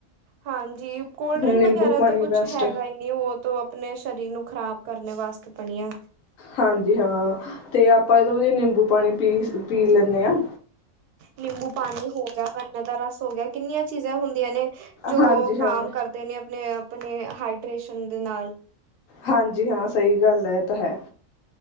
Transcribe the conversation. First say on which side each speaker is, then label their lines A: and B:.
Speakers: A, on the right; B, on the left.
A: ਹਾਂਜੀ ਕੋਲਡ ਡਰਿੰਕ
B: ਨਿੰਬੂ
A: ਵਗੈਰਾ
B: ਪਾਣੀ
A: ਤੋ ਕੁਛ
B: ਬੈਸਟ
A: ਹੈਗਾ
B: ਆ।
A: ਏ ਨਈ ਓ ਤੋ ਆਪਨੇ ਸਰੀਰ ਨੂੰ ਖ਼ਰਾਬ ਕਰਨੇ ਵਾਸਤੇ ਬਣੀ ਐ।
B: ਹਾਂਜੀ ਹਾਂ, ਤੇ ਆਪਾਂ ਇਹਦੋਂ ਵਦੀਆ ਨੇਂਬੂ ਪਾਨੀ ਪੀ ਲੈਂਨੇ ਆਂ।
A: ਨਿੰਬੂ ਪਾਨੀ ਹੋ ਗਿਆ ਗੰਨੇ ਦਾ ਰਸ ਹੋ ਗਿਆ ਕਿੰਨੀਆਂ ਚੀਜ਼ਾਂ ਹੁੰਦੀਆਂ ਨੇ ਜੋ
B: ਹਾਂਜੀ
A: ਕਾਮ
B: ਹਾਂ
A: ਕਰ ਕਰਦੇ ਨੇ ਆਪਣੇ ਹਾਈਡ੍ਰੇਸ਼ਨ ਦੇ ਨਾਲ।
B: ਹਾਂਜੀ ਹਾਂ ਸਈ ਗੱਲ ਐ ਇਹ ਤਾਂ ਹੈ,